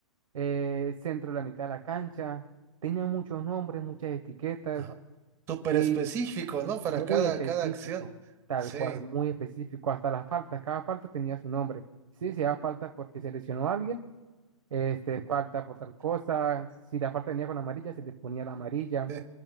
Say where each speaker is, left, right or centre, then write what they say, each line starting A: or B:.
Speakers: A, on the right (about 80°); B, on the right (about 15°).
A: eh, centro de la mitad de la cancha. Tenía muchos nombres, muchas etiquetas
B: Ajá. Súper
A: y
B: específico, ¿no? Para
A: muy
B: cada,
A: específico,
B: cada acción.
A: tal
B: Sí,
A: cual, muy específico. Hasta las faltas, cada falta tenía su nombre. Sí, si era falta porque se lesionó a alguien, este, falta por tal cosa. Si la falta venía con amarilla, se le ponía la amarilla
B: sí,